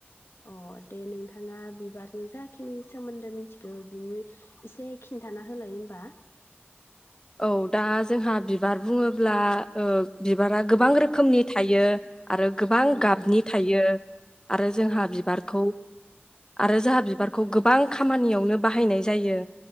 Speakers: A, on the left; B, on the left.
A: अ दे नोंथाङा बिबारनि जाखिनि सोमोन्दो मिथिखौ बेनि एसे खिन्थाना होलाय होमबा।
B: औ दा जोंहा बिबार बुङोब्ला ओ बिबारा
A: औ
B: गोबां रोखोमनि थायो आरो गोबां
A: औ
B: गाबनि थायो। आरो जोंहा
A: औ
B: बिबारखौ, आरो जोंहा बिबारखौ गोबां खामानियावनो बाहायनाय जायो